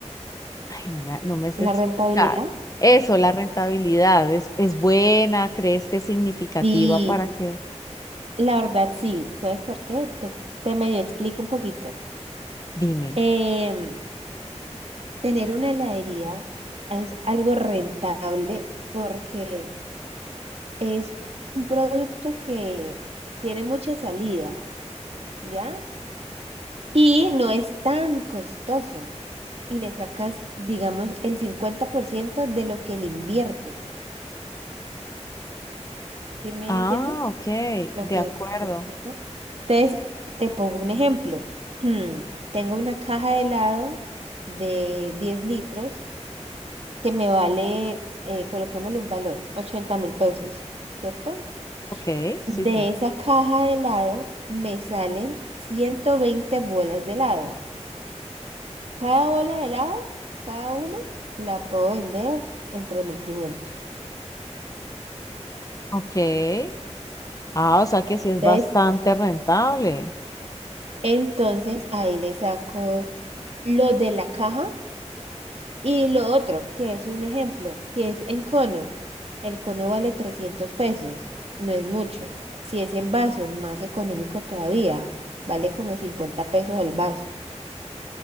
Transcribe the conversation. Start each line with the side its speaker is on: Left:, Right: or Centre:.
Left: Ay, no me, no me sé
Right: la
Left: explicar.
Right: rentabilidad.
Left: Eso, la rentabilidad, ¿es, es buena? ¿Crees que es significativa
Right: Sí,
Left: para que...
Right: la verdad sí. ¿Sabes por qué? Te, te medio explico un poquito.
Left: Dime.
Right: Em, tener una heladería es algo rentable porque es un producto que tiene mucha salida, ¿ya? Y no es tan costoso. Y le sacas, digamos, el 50% de lo que le inviertes. ¿Sí me
Left: Ah,
Right: entiendes?
Left: ok,
Right: Lo
Left: de
Right: que
Left: acuerdo.
Right: me explico. Entonces, te pongo un ejemplo. <clears throat> Tengo una caja de helado de 10 litros que me vale, eh, coloquémosle un valor, ochenta mil pesos, ¿cierto?
Left: Ok, sí,
Right: De
Left: te entiendo.
Right: esa caja de helado me salen 120 bolas de helado. Cada bola de helado, cada una, la puedo vender en 3.500.
Left: Ok. Ah, o sea que sí es
Right: Entonces,
Left: bastante rentable.
Right: entonces ahí le saco lo de la caja y lo otro, que es un ejemplo. Si es en cono, el cono vale 300 pesos, no es mucho. Si es en vaso, más económico todavía, vale como 50 pesos el vaso.